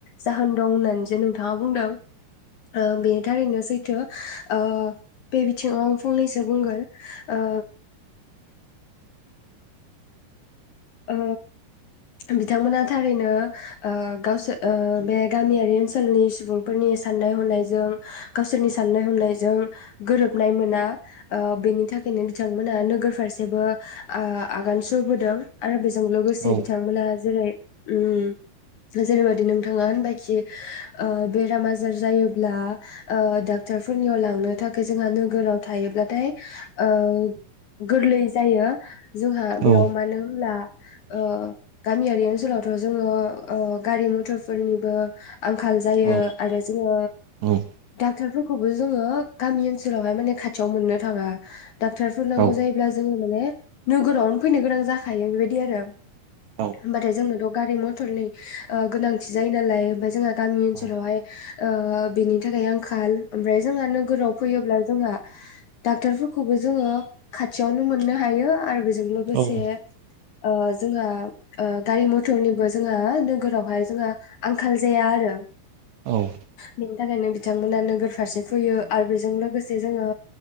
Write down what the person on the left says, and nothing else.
जाहोन दं होननानै जो नोंथाङा बुंदों ओ बेनि थारैनो सैथो ओ बे बिथिङाव आं फंनैसो बुंगोन ओ ओ बिथांमोनहा थारैनो ओ गावसो ओ बे गामियारि ओनसोलनि सुबुंफोरनि साननाय हनायजों गावसोरनि साननाय हनायजों गोरोबनाय मोना ओ बेनि थाखायनो बिथांमोना नोगोर फारसेबो ओ आगान सुरबोदों आरो बिस जों लोगोसे
बिथांमोना जेरै उम जेरैबादि नोंथाङा होनबायखि बेराम ओ आजार जायोब्ला ओ डाक्टारफोरनियाव लांनो थाखाय जोंहा नोगोराव थायोब्लाथाय ओं गोरलै जायो जोंहा बेयाव
मानो हो होनब्ला ओ गामियारि ओनसोलावथ' जोङो ओ गारि मथरफोरनिबो आंखाल जायो
आरो जोङो
डाक्टारफोरखौबो जोङो गामि ओनसोलावहाय माने खाथियाव मोननो थाङा डाक्टारफोर नांगौ
जायोब्ला जो जोङो माने नोगोरावनो फैनो गोनां जाख खायो बेबायदि आरो
होमबाथाय जों गारि मथरनि ओ गोनांथि जायो नालाय जोंहा गामि ओनोलावहाय
ओ बिनि थाखाय आंखाल ओमफ्राय जोंहा नोगोराव फैयोब्ला जोंहा डाक्टारफोरखौबो जोङो खाथियावनो मोननो हायो आरो बिस जों लोगोसे
ओ जोंहा ओ गारि मथरनिबो जोंहा नोगोरावहाय जोंहा आंखाल जाया आरो
बेनि थाखायनो बिथांमोना नोगोर फारसे फैयो आरो बेजों लोगोसे जोङो